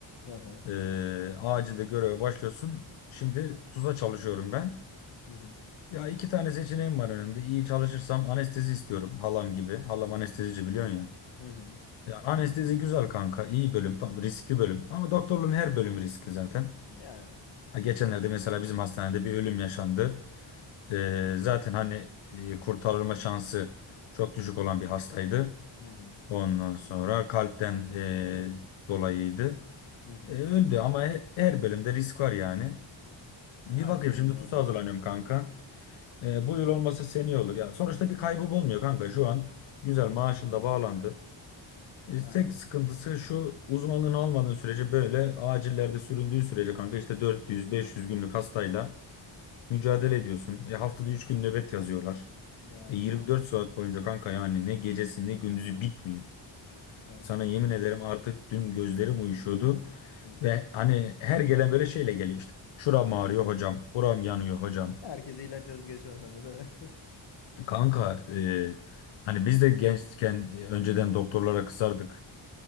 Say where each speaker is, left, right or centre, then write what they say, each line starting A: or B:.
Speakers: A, on the left; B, on the left.
A: Aha.
B: Eee acilde göreve başlıyorsun. Şimdi Tuzla çalışıyorum ben.
A: Hı hı.
B: Ya iki tane seçeneğim var önümde. İyi çalışırsam anestezi istiyorum halam gibi. Halam anestezici biliyorsun ya.
A: Hı hı.
B: Yani anestezi güzel kanka. iyi bölüm. Tam riskli bölüm. Ama doktorluğun her bölümü riskli zaten.
A: Yani.
B: Ha, geçenlerde mesela bizim hastanede bir ölüm yaşandı. Ee, zaten hani e, kurtarılma şansı çok düşük olan bir hastaydı.
A: Hı hı.
B: Ondan sonra kalpten e, dolayıydı.
A: Hı hı.
B: E, öldü ama he- her bölümde risk var yani. Bir
A: Aynen
B: bakayım şimdi
A: öyle abi.
B: TUS'a hazırlanıyorum kanka. E, bu yıl olmasa seneye olur. Yani sonuçta bir kaybım olmuyor kanka. Şu an güzel maaşım da bağlandı. E, tek
A: Aha.
B: sıkıntısı şu uzmanlığını almadığın sürece böyle acillerde süründüğün sürece kanka işte 400-500 günlük hastayla mücadele ediyorsun. E, haftada 3 gün nöbet yazıyorlar.
A: Yani.
B: E, 24 saat boyunca kanka yani ne gecesi ne gündüzü bitmiyor.
A: Tabii
B: Sana
A: oğlum.
B: yemin ederim artık dün gözlerim uyuşuyordu.
A: Hı hı.
B: Ve hani her gelen böyle şeyle geliyor işte. Şuram ağrıyor hocam. Buram yanıyor hocam.
A: Herkese ilaç yazıp geçiyorsun sen de değil mi? <laughs>
B: Kanka e, hani biz de gençken e, önceden doktorlara kızardık